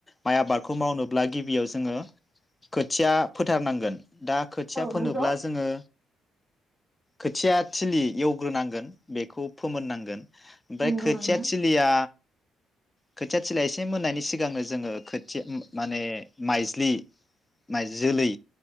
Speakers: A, on the left; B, in the centre.
A: माइ आबादखौ मावनो ब्ला गिबियाव जोङो खोथिया फोथारनांगोन। दा खोथिया
B: औ
A: फोनोब्ला
B: नंगौ
A: जोङो। खोथिया थिलि एव ग्रोनांगोन बेखौ फोमोननांगोन। ओमफाय
B: नंगौ
A: खोथिया
B: नोंथां
A: थिलिया खोथिया थिलिया एसे मोननायनि सिगांनो जोङो खोथिया माने माइज्लि माइ जोलै